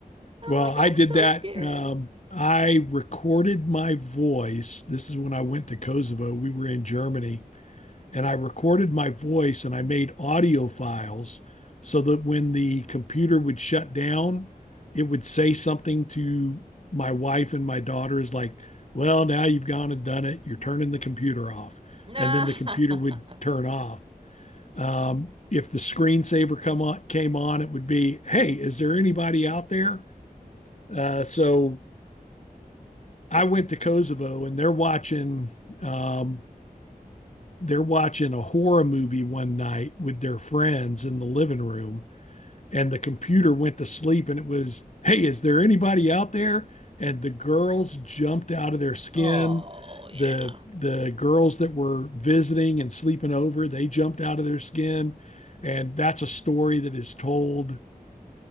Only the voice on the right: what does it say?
was
like,
I'm
so
scared.
<laughs> Nah.
Oh, yeah.